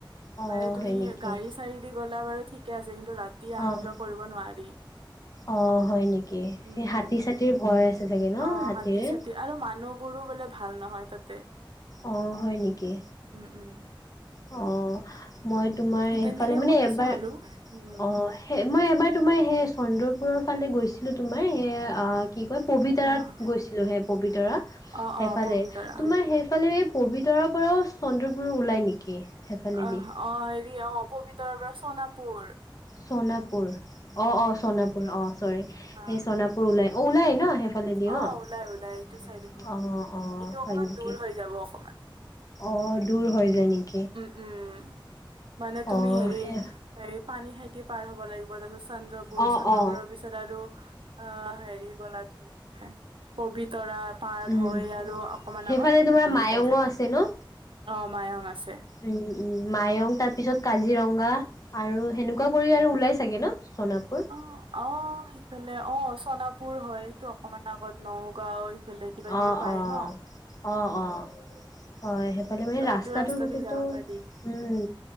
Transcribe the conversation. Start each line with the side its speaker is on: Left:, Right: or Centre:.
Left: অ',
Right: পাৰে তুমি
Left: হয় নেকি
Right: গাড়ী চাৰি দি গ'লা বাৰু ঠিক। ঠিকে আছে কিন্তু ৰাতি অহা
Left: অ'।
Right: যোৱা কৰিব নোৱাৰি।
Left: অ', হয় নেকি
Right: উম
Left: সেই হাতী
Right: উম।
Left: চাতীৰ ভয় আছে চাগে। ন
Right: অ
Left: হাতীৰে?
Right: হাতী চাতি আৰু মানুহবোৰো বোলে ভাল নহয় তাতে।
Left: অঁ হয় নেকি?
Right: উম, উম।
Left: অঁ মই তোমাৰ এইফালে
Right: তেনেকে
Left: মানে
Right: শুনিছো
Left: এবাৰ
Right: আৰু উম
Left: অঁ। সেই মই এবাৰ তোমাৰ সেই চন্দ্ৰপুৰৰ ফালে গৈছিলোঁ তোমাৰ সেই কি কয়। পবিতৰাত
Right: অ'।
Left: গৈছিলোঁ সেই পবিতৰা
Right: অ'
Left: সেইফালে
Right: অ' পবিতৰা
Left: তোমাৰ সেইফালে পবিতৰাৰ পৰাও চন্দ্ৰবোৰ ওলায় নেকি? সেইফালেদি
Right: আহ অ হেৰি অ পবিতৰ পৰা চোনাপুৰ।
Left: চণাপুৰ অ অ চণাপুৰ অ চৰি
Right: অ'
Left: সেই চণাপুৰ ওলাই অ ওলাই ন সেফ হলিডি
Right: অ'
Left: অ'
Right: ওলাই ওলাই এইটো চাইডে দি ওলাই।
Left: অঁ অঁ
Right: এইটো অকমান
Left: হয় নেকি?
Right: দূৰ হৈ যাব অকণমান।
Left: অ দূৰ হৈ যায় নি?
Right: উম উম মানে তুমি
Left: অ
Right: হেৰি?
Left: সেই
Right: এই পানী খাইতি পাৰ হ'ব লাগিব তাৰি চন্দ্ৰপুৰ
Left: অ
Right: চন্দ্ৰপুৰৰ-
Left: অ
Right: তাৰপিছত আৰু অ হেৰি গলা তুমি পবিতৰা। পাৰ
Left: উম
Right: হৈ আৰু অকমান
Left: সেইফালে
Right: আগত
Left: তোমাৰ
Right: হেৰি
Left: মায়ঙো
Right: পাই য
Left: আছে ন
Right: অ মায়ং আছে।
Left: উম, উম মায়ং তাৰ পিছত কাজিৰঙা। আৰু সেনেকুৱা কৰি আৰু ওলাই চাগে ন চনাপুৰ।
Right: অ'হ, অ'হ সেইফালে অ চনাপুৰ হয়তটো অকমান আগত নগাঁও। এইফালে কিবা কিবি
Left: অহঁ,
Right: পায়
Left: অঁহ,
Right: ন
Left: অঁহ,
Right: উম
Left: অঁহ। হয়, সেইফালে মানে
Right: ত সেইটো
Left: ৰাস্তাটো
Right: ৰাস্তা দি
Left: কিন্তু-
Right: যাব পাৰি
Left: উম